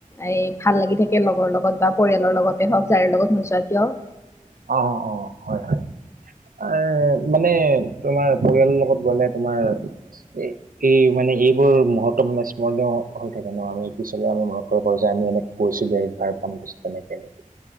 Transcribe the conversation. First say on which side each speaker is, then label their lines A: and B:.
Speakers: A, on the left (about 20°); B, on the right (about 80°).
A: এই ভাল লাগি থাকে লগৰ লগত বা পৰিয়ালৰ লগতে হওক যাৰ লগত নোযোৱা কিয়।
B: অ, অ, অ হয়, হয়। এ মানে তোমাৰ পৰিয়ালৰ লগত গলে তোমাৰ এই - এই মানে এইবোৰ মুহুৰ্ত্ত মানে স্মৰণীয় হৈ থাকে ন আমি পিছলে আমি মনত কৰিব পাৰো যে আমি এনেকে - গৈছিলো একবাৰ <unintelligible>